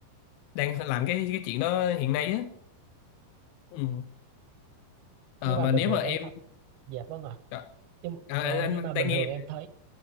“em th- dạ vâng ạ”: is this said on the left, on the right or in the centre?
Right